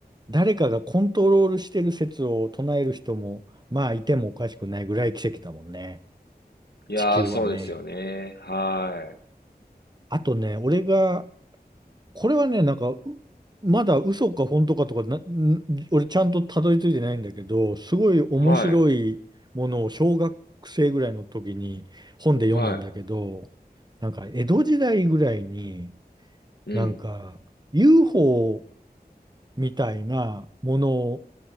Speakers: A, on the right; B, on the left.
A: 誰かがコントロールしてる説を唱える人も、まあ、いてもおかしくないぐらい奇跡だもんね。
B: いやー、
A: 地球はね。
B: そうですよね。は
A: あとね、俺が、これはね、なんか、うまだ嘘か本当かとかな、ん俺ちゃんとたどり着いてないんだけど、すごい面白いものを小学生ぐらいの時に本で読んだんだけど、
B: い。はい。は
A: なんか江戸時代ぐらいに、
B: い。
A: なんか
B: うん。
A: UFO みたいなもの